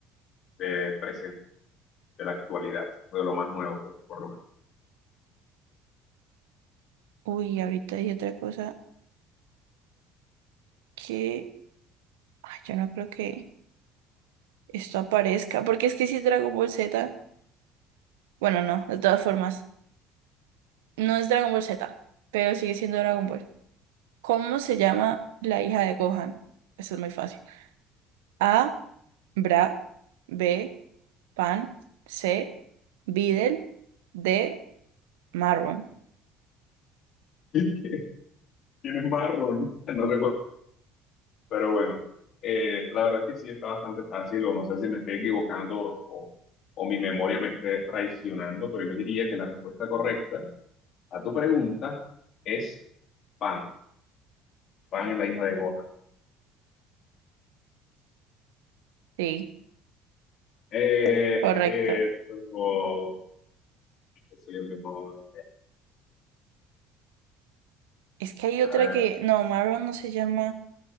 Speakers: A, on the left; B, on the right.
A: del presente, de la actualidad, o de lo más nuevo, por, por lo menos.
B: Uy, ahorita hay otra cosa que ay, yo no creo que esto aparezca, porque es que si es Dragon Ball Z, bueno, no, de todas formas, no es Dragon Ball Z, pero sigue siendo Dragon Ball. ¿Cómo se llama la hija de Gohan? Eso es muy fácil. A. Bra. B. Pan. C. Videl. D. Marron.
A: <laughs> Tienes marrón. No recuerdo Pero bueno, eh, la verdad es que sí está bastante fácil, o no sé si me estoy equivocando o, o mi memoria me esté traicionando, pero yo diría que la respuesta correcta a tu pregunta es Pan. Pan es la hija de Gohan.
B: Sí,
A: Eh,
B: correcto.
A: eso, soy el mejor.
B: Es que hay otra
A: A ver,
B: que. No, Marron no se llama.